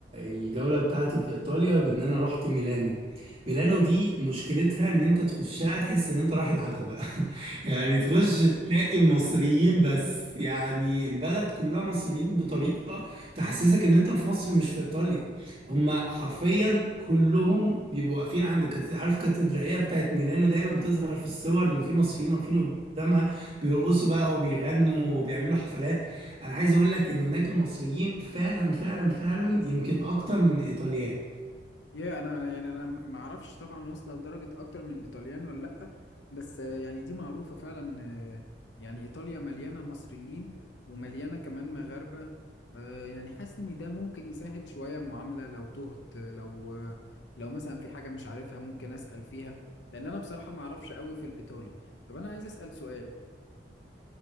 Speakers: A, on the right; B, on the left.
A: الجولة بتاعتي في ايطاليا بان انا رحت ميلانو ميلانو دي مشكلتها ان انت تخشها تحس ان انت رايح العتبة <laughs> يعني تخش تلاقي مصريين بس يعني البلد كلها مصريين بطريقة تحسسك ان انت في مصر مش في ايطاليا هما حرفيا كلهم بيبقوا واقفين عند كاتد- عارف كاتدرائية بتاعت ميلانو دايما بتظهر في الصور انه في مصريين واقفين قدامها بيرقصوا بقى وبيغنوا وبيعملوا حفلات انا عايز اقول لك ان هناك المصريين فعلا فعلا فعلا يمكن اكتر من الايطاليان
B: يا انا يعني انا م- ما اعرفش طبعا واصله لدرجه اكتر من الايطاليان ولا لا بس آه، يعني دي معروفه فعلا آه، يعني ايطاليا مليانه مصريين ومليانه كمان مغاربه آه، يعني حاسس ان ده ممكن يسهل شويه المعامله لو تهت آه، لو آه، لو مثلا في حاجه مش عارفها ممكن اسال فيها لان انا بصراحه ما اعرفش قوي في الايطالي طب انا عايز اسال سؤال